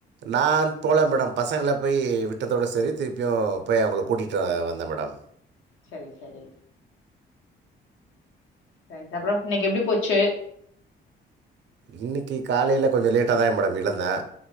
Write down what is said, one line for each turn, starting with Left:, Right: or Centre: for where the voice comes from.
Right: நான் போல மேடம் பசங்கள போய் விட்டதோட சரி திருப்பியு போய் அவுங்கள கூட்டிட்டு வந்தே மேடம்
Left: சரி சரி சரி சார் அப்ற இன்னைக்கு எப்டி போச்சு
Right: இன்னைக்கு காலைல கொஞ்ச லேட்டாதா த மேடம் எழந்தே